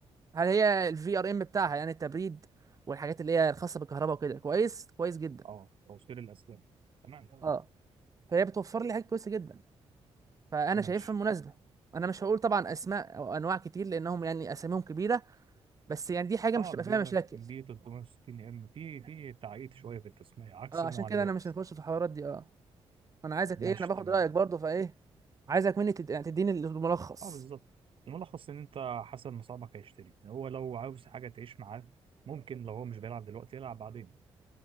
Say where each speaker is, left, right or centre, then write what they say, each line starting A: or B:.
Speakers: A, on the right; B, on the right.
A: هل هي الفي ار ام بتاعها يعني التبريد والحاجات اللي هي الخاصة بالكهرباء وكده كويس كويس جدا
B: اه توصيل الاسلاك تمام
A: اه فهي بتوفر لي حاجات كويسة جدا فأنا
B: ماشي
A: شايفها مناسبة أنا مش هقول طبعا أسماء أو أنواع كتير لأنهم يعني أساميهم كبيرة بس يعني دي حاجه
B: اه
A: مش هتبقى
B: بيقول
A: فيها مشاكل
B: لك بي 360 ام في في تعقيد شويه في التسميه عكس
A: اه
B: المعالجات
A: عشان كده انا مش هنخش في الحوارات دي اه انا عايزك
B: ماشي
A: ايه انا باخد
B: تمام
A: رايك برضه فايه عايزك مني تد... يعني تديني الملخص
B: اه بالظبط الملخص ان انت حسب مصابك هيشتري هو لو عاوز حاجه تعيش معاه ممكن لو هو مش بيلعب دلوقتي يلعب بعدين